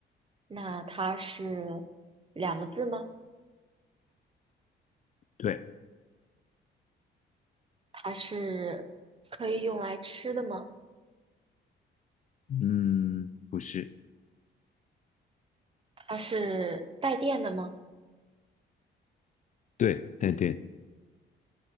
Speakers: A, on the right; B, on the left.
A: 那它是两个字吗？
B: 对，
A: 它是可以用来吃的吗？
B: 嗯，不是，
A: 它是带电的吗
B: 对，带电，